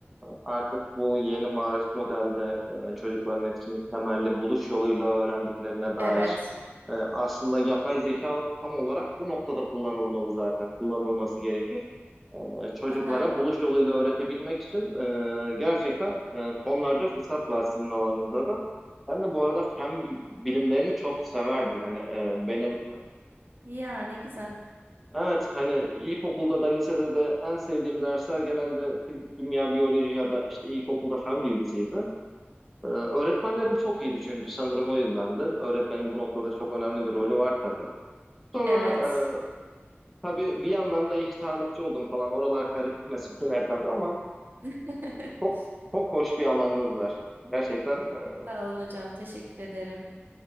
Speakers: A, in the centre; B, on the right.
A: artık bu yeni marif modelde e, çocukların etkinlik temelli buluş yoluyla öğrendiklerine dair
B: Evet.
A: e, aslında yapay zeka tam olarak bu noktada kullanılmalı zaten kullanılması gerekir. E, çocuklara
B: Aha.
A: buluş yoluyla öğretebilmek için e, gerçekten e, tonlarca fırsat var sizin alanınızda da. Ben de bu arada fen bilimlerini çok severdim. Hani e, benim
B: Yani güzel.
A: Evet hani ilkokulda da lisede de en sevdiğim dersler genelde fizik, kimya, biyoloji ya da işte ilkokulda fen bilgisiydi. Ee, öğretmenlerim çok iyiydi çünkü sanırım o yüzdendi. Öğretmenin bu noktada çok önemli bir rolü var tabii. Sonra
B: Evet.
A: e, tabii bir yandan da eşit ağırlıkçı oldum falan. Oralar karışık meseleler tabii ama
B: <laughs>
A: çok çok hoş bir alanınız var. Gerçekten e,
B: Sağ olun hocam. Teşekkür ederim.